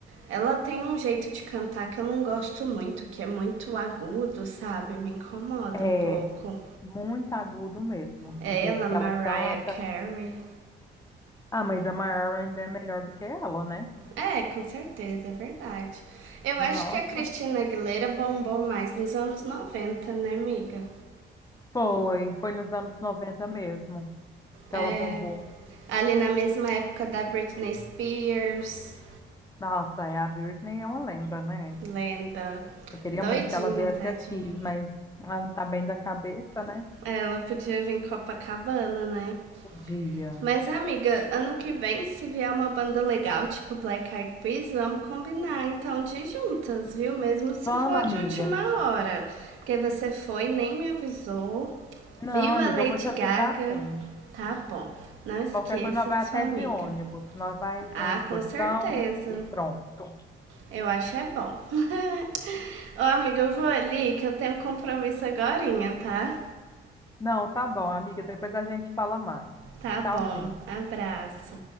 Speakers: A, on the right; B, on the left.
A: Ela tem um jeito de cantar que eu não gosto muito, que é muito agudo, sabe? Me incomoda
B: É,
A: um pouco.
B: muito agudo mesmo,
A: É
B: o jeito
A: Ela,
B: que
A: Mariah
B: ela canta.
A: Carey.
B: Ah, mas a Mariah ainda é melhor do que ela, né?
A: É, com certeza, é verdade. Eu
B: Nossa,
A: acho que a Cristina Aguilera bombou mais nos anos noventa, né, amiga?
B: foi, foi nos anos 90 mesmo que
A: É,
B: ela bombou.
A: ali na mesma época da Britney Spears,
B: Nossa, é, a Britney é uma lenda, né?
A: lenda.
B: Eu queria
A: Doidinha,
B: muito que ela viesse
A: tadinha.
B: aqui, mas ela não tá bem da cabeça, né?
A: <laughs> Ela podia vir em Copacabana, né?
B: Podia.
A: Mas, amiga, ano que vem, se vier uma banda legal, tipo Black Eyed Peas, vamos combinar então de ir juntas, viu? Mesmo se
B: Vamos,
A: for de
B: amiga.
A: última hora. Porque você foi, nem me avisou.
B: Não,
A: Viu
B: amiga,
A: a Lady
B: eu vou te avisar
A: Gaga?
B: sim.
A: Tá bom. Não esqueça
B: Qualquer coisa, nós vai
A: de
B: até
A: sua amiga.
B: de ônibus, nós vai de
A: Ah,
B: uma excursão
A: com certeza.
B: e pronto.
A: Eu acho é bom. <laughs> Ô, amiga, eu vou ali que eu tenho um compromisso agorinha, tá?
B: Não, tá bom, amiga, depois a gente fala mais.
A: Tá
B: Tchauzinho.
A: bom. Abraço.